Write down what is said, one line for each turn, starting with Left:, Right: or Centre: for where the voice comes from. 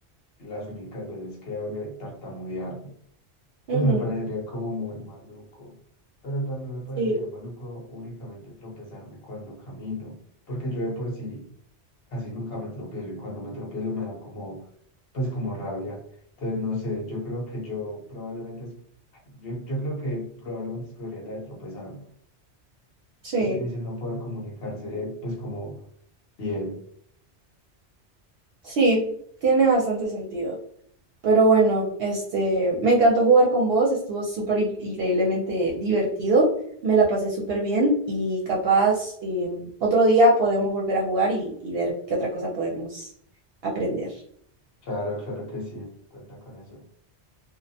Left: las únicas veces que hable tartamudear.
Right: Ujú,
Left: Pues me parecería como muy maluco, pero también me parecería
Right: Sí,
Left: maluco únicamente tropezarme cuando camino, porque yo de por sí casi nunca me tropiezo y cuando me tropiezo me da como, pues como rabia. Entonces, no sé, yo creo que yo probablemente, es- yo, yo creo que probablemente escogería la de tropezarme.
Right: sí,
Left: Es difícil no poder comunicarse, pues como bien.
Right: sí, tiene bastante sentido. Pero bueno, este, me encantó jugar con vos, estuvo súper in- increíblemente divertido, me la pasé súper bien y capaz eh, otro día podemos volver a jugar y, y ver qué otra cosa podemos aprender.
Left: Claro, claro que sí, cuenta con eso.